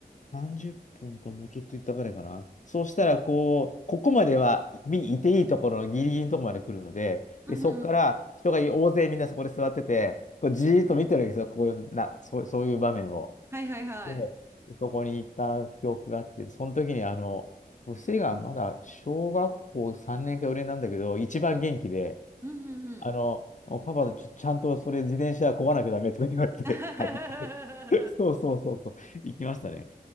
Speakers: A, on the left; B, on the right.
A: 30分かもうちょっと行ったぐらいかな。そうしたら、
B: はい。
A: こう、ここまではみいていいところのギリギリのところまで来るので、
B: うんうんうん。
A: で、そこから人が大勢みんなそこで座ってて、こうじーっと見てるわけですよ、こういうな、そう、そういう場面を。
B: はいはいはい。
A: で、そこに行った記憶があって、その時にあの、娘がまだ小学校3年か4年なんだけど、一番元気で、
B: うんうんうん。
A: あの、パパ、ちょちゃんとそれ自転車こがなきゃダメとか言われて、
B: <laughs>
A: <laughs> はい。<laughs> そうそうそうそう、行きましたね。